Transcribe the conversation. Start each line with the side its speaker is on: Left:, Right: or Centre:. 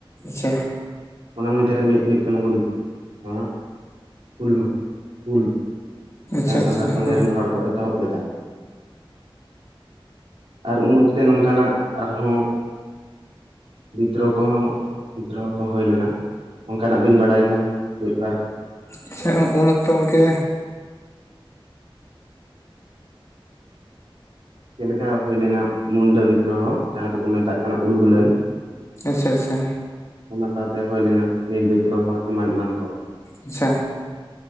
Left: ᱥᱮᱪᱪᱷᱟ
Right: ᱚᱱᱟ ᱢᱚᱫᱷᱮᱨᱮ ᱢᱤᱫ ᱦᱩᱭᱩᱜ ᱠᱟᱱᱟ ᱦᱩᱞ ᱢᱟᱦᱟ ᱦᱩᱞ ᱢᱟᱦᱟ ᱦᱩᱞ
Left: ᱟᱪᱪᱷᱟ
Right: ᱡᱟᱦᱟᱸ ᱥᱟᱱᱛᱟᱲ
Left: ᱟᱪᱪᱷᱟ
Right: ᱥᱚᱢᱟᱡᱽ ᱨᱮᱱ ᱦᱚᱲ ᱠᱚ ᱮᱛᱚᱦᱚᱵ ᱞᱮᱫᱟ ᱟᱨ ᱩᱱ ᱚᱠᱛᱮ ᱱᱚᱝᱠᱟᱱᱟᱜ ᱟᱨᱦᱚᱸ ᱵᱤᱫᱨᱳᱦᱚ ᱠᱚᱦᱚᱸ ᱵᱤᱫᱨᱳᱦᱚ ᱠᱚ ᱦᱩᱭ ᱞᱮᱱᱟ ᱚᱱᱠᱟᱱᱟᱜ ᱵᱮᱱ ᱵᱟᱲᱟᱭ ᱠᱷᱟᱱ ᱢᱤᱫ ᱵᱟᱨ
Left: ᱟᱪᱪᱷᱟ ᱩᱱ ᱚᱠᱛᱚ ᱜᱚᱢᱠᱮ
Right: ᱪᱮᱫ ᱞᱮᱠᱟ ᱦᱩᱭ ᱞᱮᱱᱟ ᱢᱩᱱᱰᱟᱹ ᱵᱤᱫᱨᱳᱦᱚ ᱡᱟᱦᱟᱸ ᱫᱚᱠᱚ ᱢᱮᱛᱟᱜ ᱠᱟᱱᱟ ᱩᱞᱜᱩᱞᱱ
Left: ᱟᱪᱪᱷᱟ ᱟᱪᱪᱷᱟ
Right: ᱚᱱᱟ ᱥᱟᱶᱛᱮ ᱦᱩᱭ ᱞᱮᱱᱟ ᱱᱤᱞ ᱵᱤᱛᱨᱚᱦᱚ ᱮᱢᱟᱱ ᱮᱢᱟᱱ ᱠᱚ
Left: ᱟᱪᱪᱷᱟ